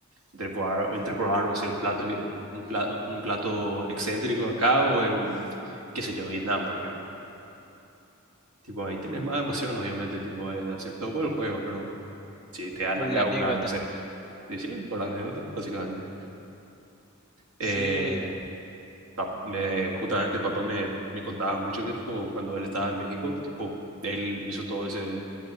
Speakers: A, on the right (about 75°); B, in the centre.
A: entre probar, entre probar, no sé, un plato, eh, un plato, un plato excéntrico acá o en, qué sé yo, Vietnam, por ejemplo. Tipo, ahí tenés más emoción, obviamente, tipo, es hacer todo por el juego, pero si te dan
B: por
A: acá
B: la anécdota.
A: una, no sé, sí, sí, por la anécdota, básicamente. Eh,
B: Sí, no.
A: pap- me- justamente papá me, me contaba mucho que tipo cuando él estaba en México, tipo él hizo todo ese